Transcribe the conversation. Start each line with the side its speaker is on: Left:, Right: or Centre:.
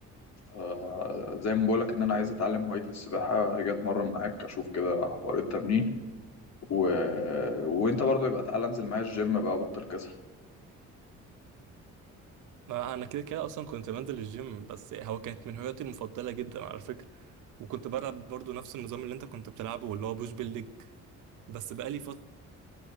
Left: فزي ما بقولك إن أنا عايز أتعلم هواية السباحة هاجي أتمرن معاك أشوف كده حوار التمرين و... وأنت برضو يبقى تعالى أنزل معايا الجيم بقى بطل كسل
Right: ما انا كده كده اصلا كنت بنزل الجيم بس هو كانت من هواياتي المفضله جدا على فكره وكنت بلعب برضو نفس النظام اللي انت كنت بتلعبه واللي هو بوش بالليج بس بقالي فتره